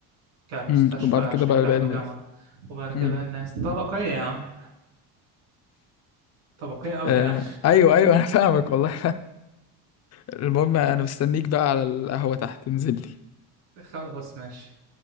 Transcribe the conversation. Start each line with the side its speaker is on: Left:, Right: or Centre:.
Right: كمستشفى
Left: امم وبعد
Right: عشان
Left: كده بقى
Right: يتاخدوا
Left: باقي الناس
Right: جامعه وبعد كده
Left: امم
Right: بقى الناس طبقيه يا عم طبقيه قوي
Left: آه
Right: يعني
Left: ايوه ايوه انا فاهمك والله المهم انا مستنيك بقى على القهوة تحت انزل لي
Right: <laughs> خلاص ماشي